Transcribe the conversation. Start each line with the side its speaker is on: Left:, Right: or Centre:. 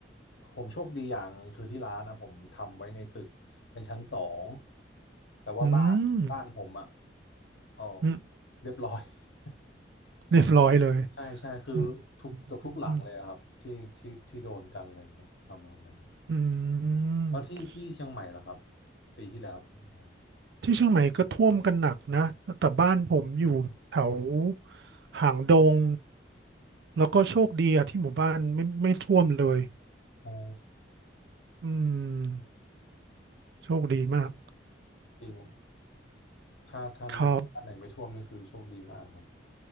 Left: ผมโชคดีอย่างงคือที่ร้านนะผมทำไว้ในตึกเป็นชั้นสองแต่ว่าบ้านบ้านผมอ่ะ
Right: อืม
Left: เอ่อ
Right: อืม
Left: เรียบร้อย <laughs>
Right: เรียบร้อยเลย
Left: ใช่ใช่คือทุกเกับทุกหลังเลยอะครับที่ที่ที่โดนกันอะไรเงี้ยประมาณนั้น
Right: อืมอืมอืม
Left: แล้วที่ที่เชียงใหม่ล่ะครับปีที่แล้วเป็นไงครับ
Right: ที่เชียงใหม่ก็ท่วมกันหนักนะแต่บ้านผมอยู่แถวหางดงแล้วก็โชคดีอะที่หมู่บ้านไม่ไม่ท่วมเลย
Left: โอ้
Right: อืมโชคดีมาก
Left: จริงถ้าถ้าไม่ถ้าไหนไม่ท่วมนี่คือโชคดีมากครับ
Right: <laughs> ครับ